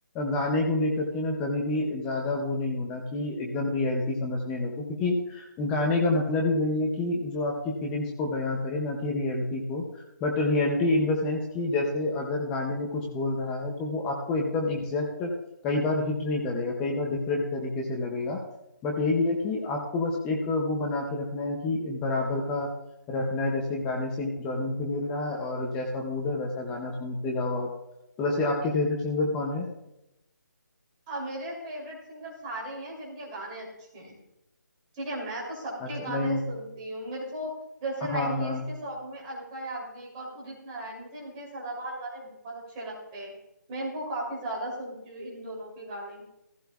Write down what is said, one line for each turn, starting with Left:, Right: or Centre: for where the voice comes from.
Centre: गाने को लेकर के ना कभी भी ज्यादा वो नहीं होना कि एकदम रियलिटी समझने लगो क्योंकि गाने का मतलब ही वही है कि जो आपकी फीलिंग्स को बयां करे ना कि रियलिटी को But reality in the sense कि जैसे अगर गाने में कुछ बोल रहा है तो वो आपको एकदम एग्जैक्ट कई बार हिट नहीं करेगा कई बार डिफरेंट तरीके से लगेगा बट यही है कि आपको बस एक वो बना के रखना है कि बराबर का रखना है जैसे गाने से इंजॉयमेंट भी मिल रहा है और जैसा मूड है वैसा गाना सुनते जाओ आप तो वैसे आपके फेवरेट सिंगर कौन है
Right: अब मेरे फेवरेट सिंगर सारे ही हैं जिनके गाने अच्छे हैं ठीक है मैं तो सबके
Centre: अच्छा
Right: गाने
Centre: नहीं
Right: सुनती हूँ मेरे को जैसे नाइन्टीज
Centre: हाँ हाँ
Right: के सॉन्ग में अलका याग्निक और उदित नारायण मुझे इनके सदाबहार गाने बहुत अच्छे लगते हैं मैं इनको काफी ज्यादा सुनती हूँ इन दोनों के गाने